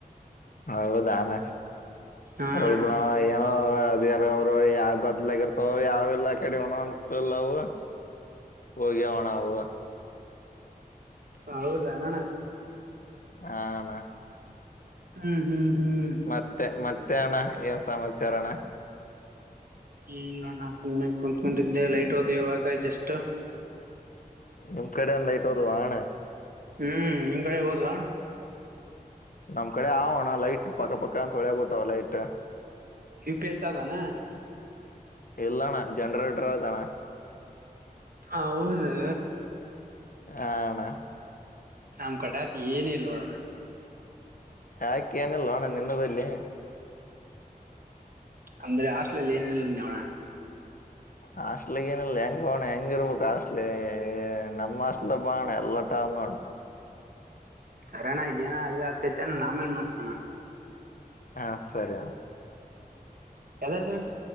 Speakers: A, on the left (about 65°); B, on the right (about 70°).
A: ಹೌದಾ ನಾನು
B: ಹಾ
A: ಹೋಗಲೇ
B: ಅಣ್ಣ
A: ಬಿಡನ ಏನಾದ್ರೂ ಅದ ಅವ ಅವರು ಯಾವ್ ಗದ್ದಲಾಗಿರ್ತವ ಯಾವೆಲ್ಲ ಕಡೆವಣ ಅಂತಲ್ಲವು. ಹೋಗಿವಣ್ಣ ಅವು
B: ಹ ಹೌದಾ ಅಣ್ಣ
A: ಹಾ ಅಣ
B: ಹ್ಮ್ ಹ್ಮ್ ಹ್ಮ್
A: ಮತ್ತೆ ಮತ್ತೆಣ್ಣ ಏನ್ ಸಮಾಮಾಚಾರ ಅಣ್ಣ
B: ಇಲ್ಲ ಅಣ್ಣ ಸುಮ್ಮನೆ ಕೂತ್ಕೊಂಡಿದ್ದೆ ಲೈಟ್ ಹೋದ ಇವಾಗ ಜಸ್ಟ್
A: ನಿಮ್ ಕಡೆ ಐಟ್ ಹೋದವ ಅಣ್ಣ
B: ಹ್ಮ್ ನಿಮ್ ಕಡೆ ಹೊದವ.
A: ನಮ್ ಕಡೆ ಅವನ ಲೈಟ್ ಪಕ್ಕ ಪಕ್ಕ ಅಂತ ಒಳೆಕಾತ್ತಾವ ಲೈಟ್
B: ಯು ಪಿ ಎಸ್ ಅದಾನ.
A: ಇಲ್ಲಣ್ಣ ಜನರೇಟರ್ ಐದಣ್ಣ.
B: ಹೌದೇ
A: ಆ ಅಣ್ಣ
B: ನಮ್ ಕಡೆ ಅದ್ ಏನಿಲ್ಲ ನೋಡೋಣ.
A: ಯಾಕೆ ಏನಿಲ್ವಾ ನಿನ್ನವ್ ಇಲ್ಲಿ.
B: ಅಂದ್ರೆ ಹಾಸ್ಟೆಲಲ್ಲಿ ಏನು ಇಲ್ಲ ಅಂತ ನೋಡಣ್ಣ
A: ಹಾಸ್ಟ್ಲಿಗ್ ಏನಿಲ್ಲ ಹೆಂಗ ಹೋಣ ಹೆಂಗ ಇರ್ಬೇಕು ಹಾಸ್ಟ್ಲಿ ನಮ್ಮ ಹಾಸ್ಟ್ ಎಲ್ಲ ಬಾಣ ಎಲ್ಲ ತಾವು ನೋಡು
B: ಸರಿಯಣ್ಣ ಇದೇನು ಇದು ಆಗತೈತಿ ನಾನು ಆಮೇಲೆ ಮಾಡ್ತಾನೆ ಅಣ್ಣ.
A: ಹಾ ಸರಿಯ
B: ಎದುರಗಂಟೆ